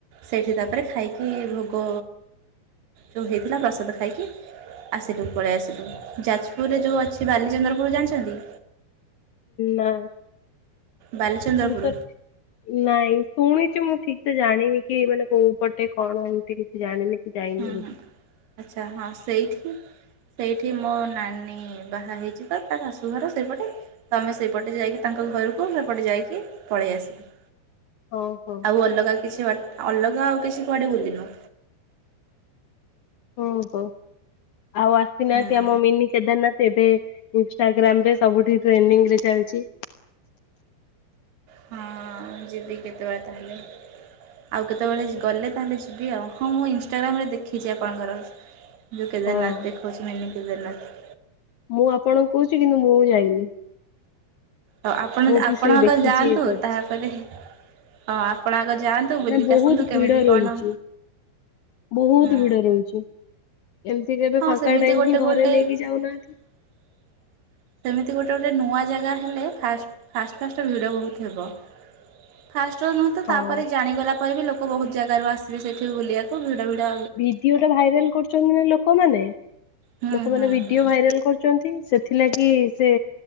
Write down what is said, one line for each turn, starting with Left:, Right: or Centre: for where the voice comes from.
Right: ସେଇଠି ତାପରେ ଖାଇକି ଭୋଗ ଯୋଉ ହେଇଥିଲା ପ୍ରସାଦ ଖାଇକି ଆସିଲୁ ପଳେଇ ଆସିଲୁ। ଯାଜପୁରରେ ଯୋଉ ଅଛି ବାଲିଚନ୍ଦ୍ରପୁର ଜାଣିଛନ୍ତି?
Left: ନା।
Right: ବାଲିଚନ୍ଦ୍ରପୁର
Left: <unintelligible> ନାଇଁ, ଶୁଣିଚି ମୁଁ ଠିକ୍ ସେ ଜାଣିନି କି ମାନେ କୋଉ ପଟେ କଣ ଏମିତି କିଛି ଜାଣିନି। ଯାଇନି
Right: ହୁଁ
Left: ବୋଧେ।
Right: ହୁଁ ଆଚ୍ଛା। ହଁ ସେଇଠି। ସେଇଠି ମୋ ନାନୀ ବାହା ହେଇଛି ତ ତା ଶାଶୁଘର ସେଇପଟେ। ତ ଆମେ ସେଇପଟେ ଯାଇକି ତାଙ୍କ ଘରକୁ ସେପଟେ ଯାଇକି ପଳେଇ ଆସିଲୁ।
Left: ଓ ହୋ।
Right: ଆଉ ଅଲଗା କିଛି ବାଟ ଅଲଗା ଆଉ କିଛି କୁଆଡ଼େ ବୁଲିନୁ।
Left: ଓହୋ। ଆଉ ଆସିନାହାନ୍ତି
Right: ହୁଁ
Left: ଆମ ମିନି କେଦାରନାଥ ଏବେ ଇନଷ୍ଟାଗ୍ରାମ ରେ ସବୁଠି ଟ୍ରେଣ୍ଡିଂ ରେ ଚାଲିଚି।
Right: ହଁ ଯିବି କେତେବେଳେ ତାହେଲେ। ଆଉ କେତେବେଳେ ଗଲେ ତାହେଲେ ଯିବି ଆଉ। ହଁ ମୁଁ ଇନଷ୍ଟାଗ୍ରାମରେ ଦେଖିଛି ଆପଣଙ୍କର। ଯୋଉ କେଦାରନାଥ
Left: ହଁ।
Right: ଦେଖଉଚି ମିନି କେଦାରନାଥ।
Left: ମୁଁ ଆପଣଙ୍କୁ କହୁଚି କିନ୍ତୁ ମୁଁ ଯାଇନି।
Right: ଆଉ ଆପଣ
Left: ମୁଁ ବି
Right: ଆପଣ
Left: ସେଇ
Right: ଆଗ
Left: ଦେଖିଛି
Right: ଯାଆନ୍ତୁ।
Left: ଇଏ କରିଛି।
Right: ତାପରେ ହଁ ଆପଣ ଆଗ ଯାଆନ୍ତୁ ବୁଲିକି
Left: ନା ବହୁତ
Right: ଆସନ୍ତୁ। କେମିତି
Left: ଭିଡ ରହୁଛି
Right: କଣ
Left: ବହୁତ
Right: ହୁଁ
Left: ଭିଡ ରହୁଚି। ଏମିତି କେବେ
Right: ହଁ
Left: ଫାଙ୍କା
Right: ସେମିତି
Left: ଟାଇମ
Right: ଗୋଟେ
Left: ହିଁ
Right: ଗୋଟେ
Left: ଘରେ ନେଇକି ଯାଉନାହାନ୍ତି?
Right: <inaudible> ସେମିତି ଗୋଟେ ଗୋଟେ ନୂଆ ଜାଗା ହେଲେ ଫାଷ୍ଟ ଫାଷ୍ଟ ଫାଷ୍ଟ ଭିଡ଼ ବହୁତ ହେବ। ଫାଷ୍ଟ ରୁ ନୁହଁ ତ
Left: ହଁ
Right: ତାପରେ ଜାଣିଗଲା ପରେ ବି ଲୋକ ବହୁତ ଜାଗାରୁ ଆସିବେ ସେଇଠି ବୁଲିବାକୁ ଭିଡ ଭିଡ
Left: ଭିଡିଓ ଟା ଭାଇରାଲ କରୁଚନ୍ତି ନା ଲୋକମାନେ।
Right: ହୁଁ
Left: ଲୋକମାନେ
Right: ହୁଁ
Left: ଭିଡିଓ
Right: ହୁଁ
Left: ଭାଇରାଲ କରୁଛନ୍ତି। ସେଥିଲାଗି ସେ